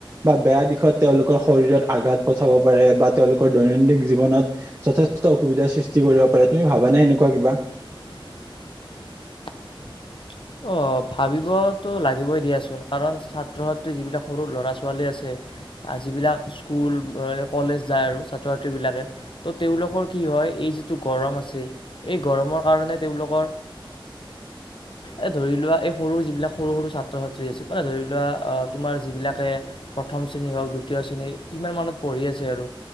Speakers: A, on the right; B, on the left.
A: বা বেয়া দিশত তেওঁলোকৰ শৰীৰত আঘাত পঠাব পাৰে বা তেওঁলোকৰ দৈনন্দিন জীৱনত যথেষ্ট যথেষ্ট অসুবিধাৰ সৃষ্টি কৰিব পাৰে তুমি ভাবানে হেনেকুৱা কিবা
B: <unintelligible> অহ ভাবিবতো লাগিবই দিয়াচোন কাৰণ ছাত্ৰ ছাত্ৰী যিবিলাক সৰু ল'ৰা ছোৱালী আছে আজিবিলাক স্কুল কলেজ যায় আৰু ছাত্ৰ ছাত্ৰী বিলাকে ত' তেওঁলোকৰ কি হয় হয় এই যিটো গৰম আছে এই গৰমৰ কাৰণে তেওঁলোকৰ এই ধৰি লোৱা এই সৰু যিবিলাক সৰু সৰু ছাত্ৰ ছাত্ৰী আছে মানে ধৰি লোৱা তোমাৰ যিবিলাকে প্ৰথম শ্ৰেণী হওঁক দ্বিতীয় শ্ৰেণী ইমান মানত পঢ়ি আছে আৰু